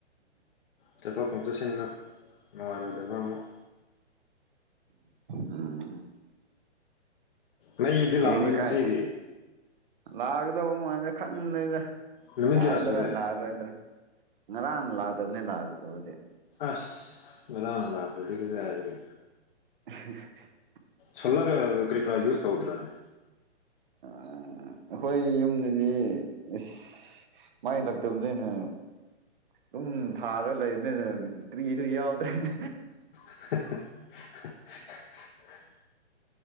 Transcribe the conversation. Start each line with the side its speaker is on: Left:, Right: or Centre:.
Left: ꯆꯠꯊꯣꯛꯀ ꯆꯠꯁꯤꯟꯒ ꯅꯨꯡꯉꯥꯏꯔꯣꯏꯗꯕ ꯑꯃꯨꯛ
Right: ꯎꯝ
Left: ꯃꯩꯗꯤ ꯂꯥꯛꯂꯣꯏ
Right: ꯍꯥꯌꯡꯦꯗꯤ
Left: ꯉꯁꯤꯒꯤ
Right: ꯀꯥꯏ ꯂꯥꯛꯀꯗꯩꯕ ꯃꯥꯟꯗꯦ ꯈꯪꯗꯦꯗ
Left: ꯅꯨꯃꯤꯠ
Right: ꯂꯥꯛꯀꯗ꯭ꯔꯥ
Left: ꯀꯌꯥ ꯁꯨꯔꯦ
Right: ꯂꯥꯛꯑꯣꯏꯗ꯭ꯔꯥ ꯉꯔꯥꯡ ꯂꯥꯛꯇꯕꯅꯦ ꯂꯥꯛꯗꯕꯗꯤ
Left: ꯑꯁ ꯉꯔꯥꯡ ꯂꯥꯛꯇꯗꯤ ꯀꯔꯥꯏꯗꯒꯤ
Right: <unintelligible>
Left: ꯁꯣꯂꯔ ꯀꯔꯤꯀꯔꯥ ꯌꯨꯁ ꯇꯧꯗ꯭ꯔꯥꯅꯦ
Right: <unintelligible> ꯑꯩꯈꯣꯏ ꯌꯨꯝꯗꯗꯤ ꯑꯁ ꯃꯩ ꯂꯥꯛꯇꯕꯅꯤꯅ ꯑꯗꯨꯝ ꯊꯥꯜꯂꯒ ꯂꯩꯕꯅꯤꯅ ꯀ꯭ꯔꯤꯁꯨ ꯌꯥꯎꯗ꯭ꯔꯅꯦ
Left: <unintelligible>